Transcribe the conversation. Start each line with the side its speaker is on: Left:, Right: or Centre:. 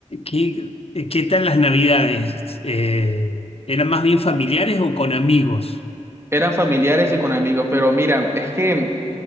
Left: ¿Qué, qué tal las navidades? Eh, ¿eran más bien familiares o con amigos?
Right: Eran familiares y con amigos, pero mira, es que